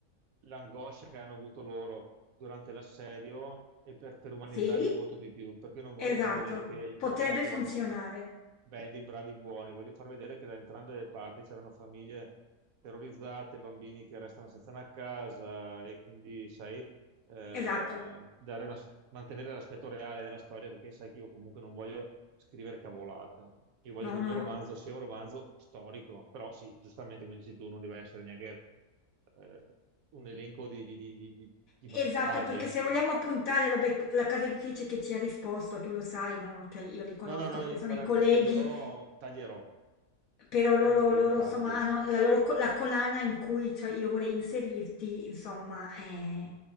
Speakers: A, on the right; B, on the left.
A: l'angoscia che hanno avuto loro durante l'assedio e per, per umanizzarli
B: Sì,
A: molto di più, perché non voglio
B: esatto,
A: far vedere che i
B: potrebbe
A: crociati
B: funzionare,
A: erano belli, bravi, buoni. Voglio far vedere che da entrambe le parti c'erano famiglie terrorizzate, bambini che restano senza una casa e quindi, sai, eh,
B: esatto.
A: dare una- mantenere l'aspetto reale della storia perché sai che io comunque non voglio scrivere cavolate. Io voglio
B: No,
A: che
B: no.
A: il mio romanzo sia un romanzo storico, però sì, giustamente come dici tu, non deve essere neanche eh, un elenco di, di- di- di- di di
B: Esatto,
A: battaglie,
B: perché se
A: ecco.
B: vogliamo puntare, vabbè, la casa editrice che ci ha risposto, tu lo sai, no? Cioè, io li conosco
A: No, no, no,
B: perché sono
A: guarda,
B: i colleghi,
A: to- toglierò, taglierò,
B: però loro,
A: tranquilla,
B: loro,
A: taglio.
B: insomma, hanno la loro co- la collana in cui cioè, io vorrei inserirti, insomma, eh,